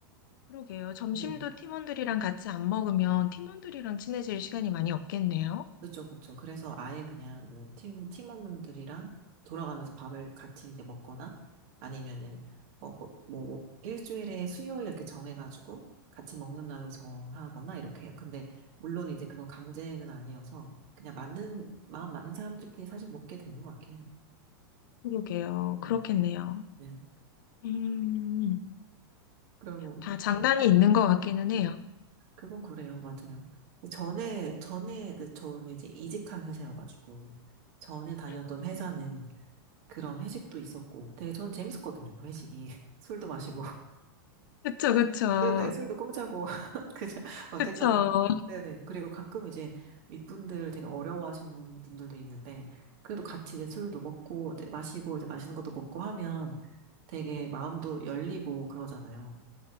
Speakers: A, on the left; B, on the right.
A: 그러게요. 점심도
B: 네.
A: 팀원들이랑 같이 안 먹으면 팀원들이랑 친해질 시간이 많이 없겠네요.
B: 그렇죠, 그렇죠. 그래서 아예 그냥 뭐 팀, 팀원분들이랑 돌아가면서 밥을 같이 이제 먹거나 아니면은, 어, 뭐, 뭐, 뭐 일주일에 수요일 이렇게 정해가지고 같이 먹는 날로 정하거나 이렇게 해요. 근데 물론 이제 그건 강제는 아니어서 그냥 맞는, 마음 맞는 사람들끼리 사실 먹게 되는 것 같긴 해요.
A: 그러게요.
B: 음,
A: 그렇겠네요.
B: 네.
A: 음.
B: 그럼 뭐,
A: 다 장단이 있는 것 같기는 해요.
B: 그건 그래요. 맞아요. 전에, 전에, 그 저는 이제 이직한 회사여가지고 전에 다녔던
A: 음,
B: 회사는 그런 회식도 있었고 되게 저는 재밌었거든요. 그 회식이 <laughs> 술도 마시고
A: 그쵸, 그쵸.
B: <laughs> 네네 술도 공짜고 <laughs> 그냥 어쨌거나
A: 그쵸.
B: 네네 그리고 가끔 이제 윗분들 되게 어려워하시는 분들도 있는데 그래도 같이 이제 술도 먹고 이제 마시고 이제 맛있는 것도 먹고 하면 되게
A: 음,
B: 마음도 열리고 그러잖아요.